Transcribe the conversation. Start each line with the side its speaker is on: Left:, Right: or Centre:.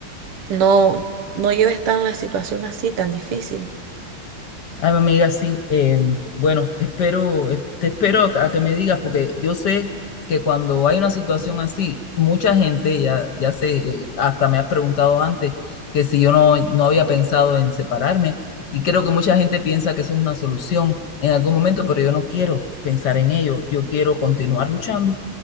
Right: no, no lleves tan la situación así, tan difícil.
Left: Ay, mi amiga, sí. eh, bueno, espero, eh, te espero a que me digas, porque yo sé que cuando hay una situación así, mucha gente, ya, ya sé, eh, hasta me has preguntado antes que si yo no, no había pensado en separarme, y creo que mucha gente piensa que eso es una solución en algún momento, pero yo no quiero pensar en ello. Yo quiero continuar luchando,